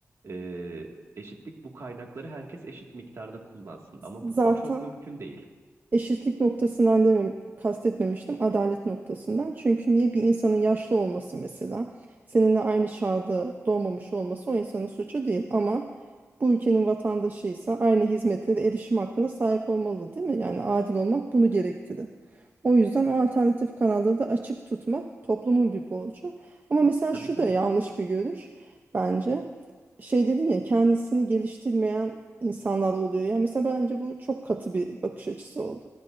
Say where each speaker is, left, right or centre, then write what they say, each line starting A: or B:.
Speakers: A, on the right; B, on the right.
A: Ee, eşitlik bu kaynakları herkes eşit miktarda kullansın. Ama
B: Zaten
A: bu, bu çok mümkün değil.
B: Eşitlik noktasından demem, kastetmemiştim. Adalet noktasından. Çünkü niye bir insanın yaşlı olması mesela, seninle aynı çağda doğmamış olması o insanın suçu değil. Ama bu ülkenin vatandaşıysa aynı hizmetlere erişim hakkına sahip olmalı, değil mi? Yani adil olmak bunu gerektirir. O yüzden o alternatif kanalları da açık tutmak toplumun bir borcu. Ama mesela
A: Tabii
B: şu
A: tabii.
B: da yanlış bir görüş bence. Şey dedin ya kendisini geliştirmeyen insanlar oluyor. Yani mesela bence bu çok katı bir bakış açısı oldu.